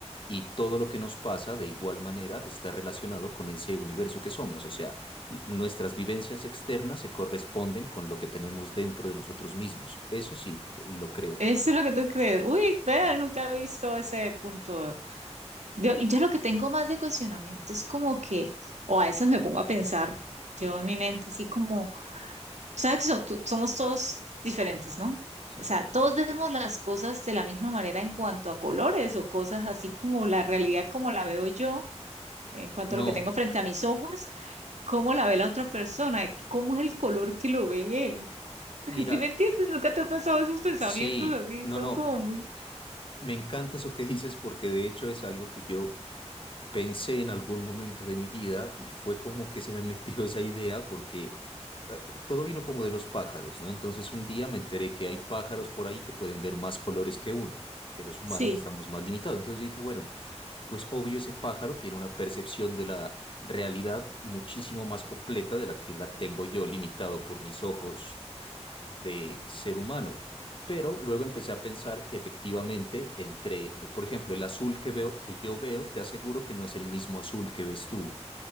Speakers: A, on the left; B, on the right.
A: y todo lo que nos pasa de igual manera está relacionado con ese universo que somos. O sea, l- nuestras vivencias externas se corresponden con lo que tenemos dentro de nosotros mismos. Eso sí, lo creo.
B: Eso es lo que tú crees. Uy, vea,
A: Sí,
B: nunca he visto ese punto. Yo, yo lo que tengo más de cuestionamiento es como que, o a veces me pongo a pensar, yo en mi mente, así como, ¿sabes que so- tú- somos todos diferentes, ¿no?
A: sí,
B: O sea,
A: claro.
B: todos vemos las cosas de la misma manera en cuanto a colores o cosas así como la realidad como la veo yo, en cuanto
A: No,
B: a lo que tengo frente a mis ojos cómo la ve la otra persona, de que cómo es el color que lo ve él.
A: mira,
B: <laughs> ¿Sí me entiendes? ¿Nunca te ha pasado esos pensamientos
A: sí,
B: así?
A: no,
B: Son
A: no,
B: como muy,
A: me encanta eso que dices porque de hecho es algo que yo pensé en algún momento de mi vida y fue como que se me <laughs> metió esa idea porque eh, t- todo vino como de los pájaros, ¿no? Entonces un día me enteré que hay pájaros por ahí que pueden ver más colores que uno, que los humanos
B: Sí,
A: estamos más limitados. Entonces yo dije, bueno, pues obvio ese pájaro tiene una percepción de la realidad muchísimo más completa de la que la tengo yo limitado por mis ojos de ser humano. Pero luego empecé a pensar que efectivamente entre, por ejemplo, el azul que veo, que yo veo, te aseguro que no es el mismo azul que ves tú.